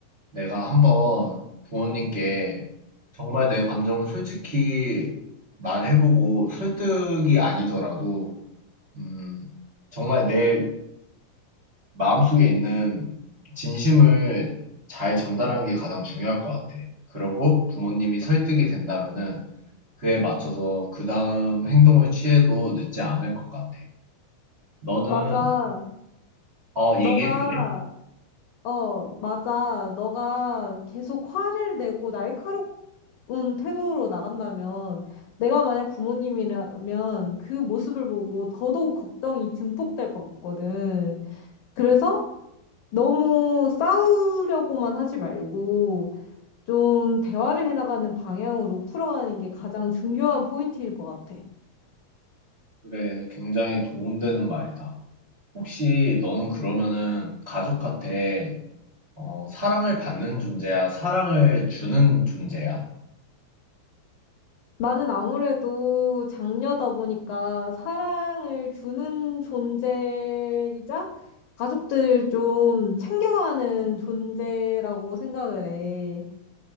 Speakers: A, on the right; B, on the left.
A: 내가 한번 부모님께 정말 내 감정을 솔직히 말해보고 설득이 아니더라도, 음, 정말 내 마음속에 있는 진심을 잘 전달하는 게 가장 중요할 것 같아. 그러고 부모님이 설득이 된다면은 그에 맞춰서 그 다음 행동을 취해도 늦지 않을 것 같아. 너는,
B: 맞아.
A: 어,
B: 너가,
A: 얘기해 줄래?
B: 어, 맞아. 너가 계속 화를 내고 날카로운 태도로 나간다면, 내가 만약 부모님이라면 그 모습을 보고 더더욱 걱정이 증폭될 것 같거든. 그래서 너무 싸우려고만 하지 말고, 좀 대화를 해나가는 방향으로 풀어가는 게 가장 중요한 포인트일 것 같아.
A: 그래, 굉장히 도움되는 말이다. 혹시 너는 그러면은 가족한테 어, 사랑을 받는 존재야? 사랑을 주는 존재야?
B: 나는 아무래도 장녀다 보니까 사랑을 주는 존재이자 가족들 좀 챙겨가는 존재라고 생각을 해.